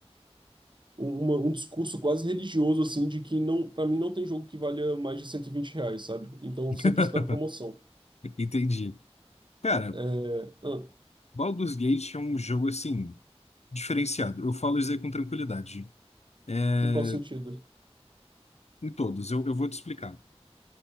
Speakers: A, on the right; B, on the left.
A: uma- um discurso quase religioso, assim, de que não, para mim não tem jogo que valha mais de 120 reais, sabe? Então eu
B: <laughs>
A: sempre espero promoção.
B: Entendi. Cara,
A: É, ah,
B: Baldur's Gate é um jogo assim, diferenciado. Eu falo isso aí com tranquilidade. É,
A: em qual sentido?
B: em todos, eu, eu vou te explicar.